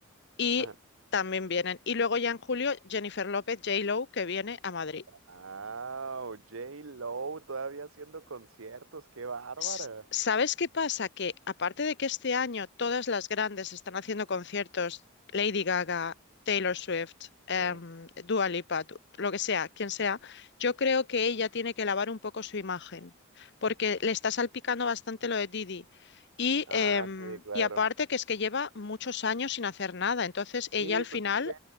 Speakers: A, on the left; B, on the right.
A: Y
B: <laughs>
A: también vienen. Y luego ya en julio, Jennifer López, J-Lo, que viene a Madrid.
B: Ah, J-Lo todavía haciendo conciertos, qué bárbara.
A: S- ¿Sabes qué pasa? Que aparte de que este año todas las grandes están haciendo conciertos, Lady Gaga, Taylor Swift, em,
B: Sí.
A: Dua Lipa, du- lo que sea, quien sea, yo creo que ella tiene que lavar un poco su imagen, porque le está salpicando bastante lo de Didi. Y,
B: Ah,
A: em,
B: sí, claro.
A: y aparte que es que lleva muchos años sin hacer nada, entonces ella
B: Sí,
A: al final
B: pues es que